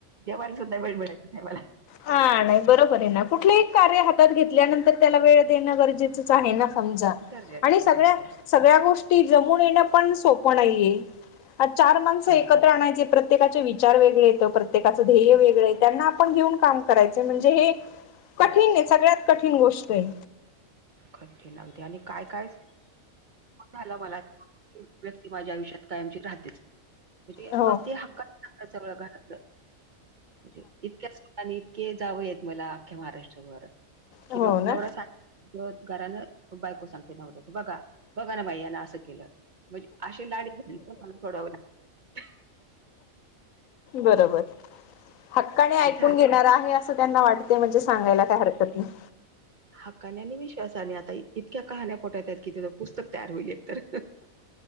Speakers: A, on the right; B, on the left.
A: देवला सुद्धा वेळ मिळायच नाही मला
B: हा नाही बरोबर आहे ना कुठलेही कार्य हातात घेतल्यानंतर त्याला वेळ देणं गरजेच आहे समजा
A: गरजेचं
B: आणि सगळ्या
A: तर राहतय
B: सगळ्या गोष्टी जमून येण पण सोपं नाहीे आज चार माणस एकत्र
A: अगदी
B: आणायचे प्रत्य प्रत्येकाचे विचार वेगळे येत प्रत्येकाचं ध्येय
A: हो
B: वेगळे त्यांना आपण घेऊन काम करायचे म्हणजे हे कठीण
A: येस
B: आहे सगळ्यात कठीण गोष्ट आहे
A: कठीण अगदी आणि काय काय झालं मला व्यक्ती माझ्या आयुष्यात कायमची राहतेच म्हणजे
B: हो
A: अगदी हक्काचात सगळं घरातलं म्हणजे इतक्या इतके जावं आहेतेत मला अख्ख्या महाराष्ट्रावर कि
B: हो
A: मग
B: ना
A: नवरा सा घरानं बायको सांगते नावड्याच बघा बघा ना बाई यांना असं केलं म्हणजे अशी लाडी घेन प मला सथोडावं लाग
B: बरोबर हक्काने ऐकून
A: झाल्या
B: घेणार आहे असं त्यांना वाटते म्हणजे सांगायला काय हरकत नाही
A: हाकाण्याने विश्वासा आणि आता इ इतक्या कहाण्या्या पठवतात कििं पुस्त तयारईल तर